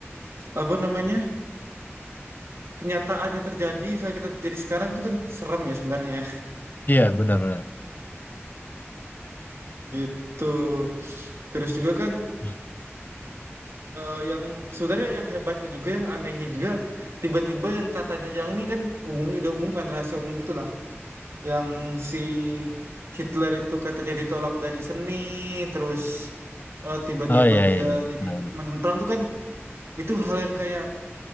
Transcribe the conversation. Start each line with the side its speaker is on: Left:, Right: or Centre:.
Right: apa namanya kenyataannya terjadi misalnya kita terjadi sekarang itu kan serem ya sebenarnya ya.
Left: Iya, benar-benar.
Right: gitu terus juga kan
Left: <clears throat>
Right: eh, yang sebenarnya yang hebatnya juga yang anehnya juga tiba-tiba yang katanya yang ini kan umumnya udah umum kan rahasia umum gitulah yang si Hitler itu katanya ditolak dari seni terus eh, tiba-tiba
Left: Oh iya
Right: dia
Left: iya iya.
Right: jadi
Left: benar-benar.
Right: komandan perang tuh kan itu hal yang kayak